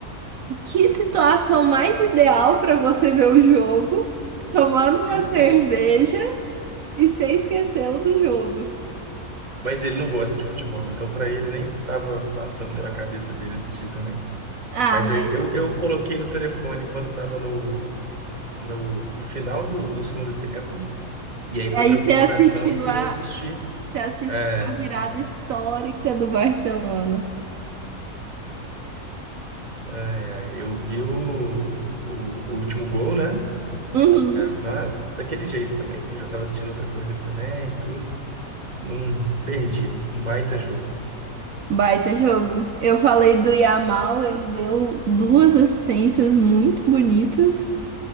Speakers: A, on the right; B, on the right.
A: Que situação mais ideal para você ver o jogo, tomando uma
B: E Esqueci.
A: cerveja e você esqueceu do jogo.
B: Mas ele não gosta de futebol, então para ele nem tava passando pela cabeça dele assistir também.
A: Ah,
B: Mas
A: mas
B: aí eu, eu coloquei no telefone quando estava no, no, no final do, do segundo tempo, e aí foi
A: aí
B: para
A: você
B: prorrogação
A: assistiu
B: e
A: a,
B: eu assisti.
A: você assistiu
B: É,
A: a virada histórica do Barcelona.
B: é, é, eu vi o, o, o último gol, né?
A: Uhum.
B: Mas daquele jeito também. Eu já estava assistindo outra coisa ali também e tudo. Não perdi. Um baita jogo.
A: Baita jogo. Eu falei do Yamal, ele deu duas assistências muito bonitas.